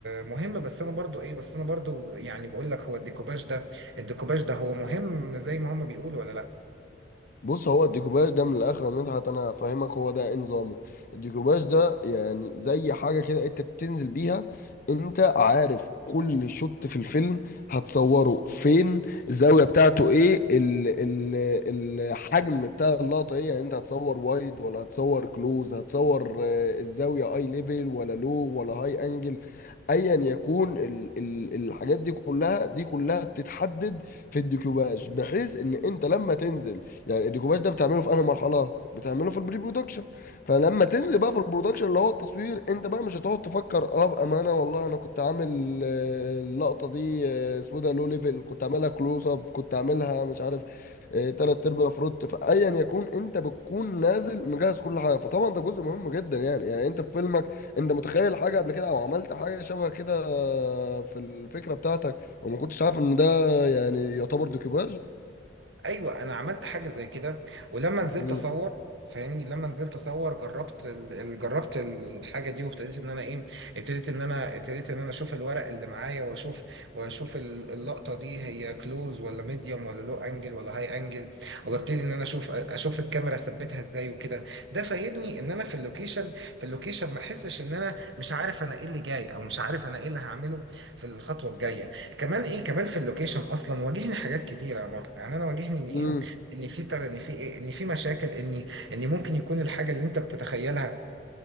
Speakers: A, on the right; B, on the left.
A: مهم بس انا برضو ايه بس انا برضو يعني بقول لك هو الديكوباج ده الديكوباج ده هو مهم زي ما هم بيقولوا ولا لا
B: بص هو الديكوباج ده من الاخر يا مدحت انا هفهمك هو ده إيه نظامه الديكوباج ده يعني زي حاجه كده انت بتنزل بيها انت عارف كل شوت في الفيلم هتصوره فين الزاويه بتاعته ايه ال ال الحجم بتاع اللقطه ايه يعني انت هتصور وايد ولا هتصور كلوز هتصور آه، الزاويه اي ليفل ولا لو ولا هاي انجل ايا يكون ال ال الحاجات دي كلها دي كلها بتتحدد في الديكوباج بحيث ان انت لما تنزل يعني الديكوباج ده بتعمله في انهي مرحله بتعمله في البري برودكشن فلما تنزل بقى في البرودكشن اللي هو التصوير انت بقى مش هتقعد تفكر اه بامانه والله انا كنت عامل آه، اللقطه دي آه، سودا لو ليفل كنت عاملها كلوز اب كنت عاملها مش عارف آه، تلات ارباع فروت فايا يكون انت بتكون نازل مجهز كل حاجه فطبعا ده جزء مهم جدا يعني يعني انت في فيلمك انت متخيل حاجه قبل كده او عملت حاجه شبه كده آه، في الفكره بتاعتك وما كنتش عارف ان ده يعني يعتبر ديكوباج
A: ايوه انا عملت حاجه زي كده ولما نزلت
B: مم.
A: اصور فاهمني لما نزلت اصور جربت ال... ال- جربت الحاجه دي وابتديت ان انا ايه ابتديت ان انا ابتديت ان انا اشوف الورق اللي معايا واشوف واشوف ال- اللقطه دي هي كلوز ولا ميديوم ولا لو انجل ولا هاي انجل وابتدي ان انا اشوف اشوف الكاميرا اثبتها ازاي وكده ده فايدني ان انا في اللوكيشن في اللوكيشن ما احسش ان انا مش عارف انا ايه اللي جاي او مش عارف انا ايه اللي هعمله في الخطوه الجايه كمان ايه كمان في اللوكيشن اصلا واجهني حاجات كتيره يا مارك يعني انا واجهني ان ايه
B: مم.
A: ان في بتاع ده، ان في إيه؟ ان في مشاكل ان ان ممكن يكون الحاجه اللي انت بتتخيلها